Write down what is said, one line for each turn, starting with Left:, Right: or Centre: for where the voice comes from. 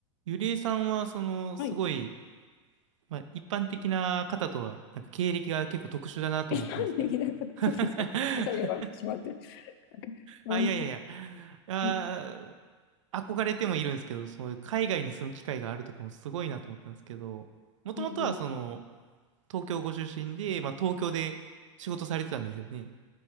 Right: ゆりえさんは、その、すごい、
Left: はい。
Right: まあ、一般的な方とは、なんか経歴が結構特殊だなと思ったんですけど。
Left: え、なんできなかった、
Right: <laughs>
Left: <laughs> そうですか。ごめんなさいよ、笑ってしまって。うん
Right: あ、いやいやいや。あ
Left: はい。
Right: ー、憧れてもいるんですけど、その、海外に住む機会があるとかもすごいなと思ったんですけど、もともとは、
Left: いえいえいえ。
Right: その、東京ご出身で、まあ、東京で仕事されてたんですよね。